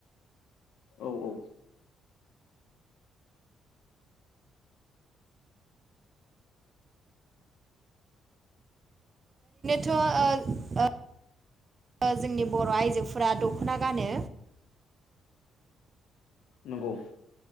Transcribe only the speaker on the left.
औ औ
नंगौ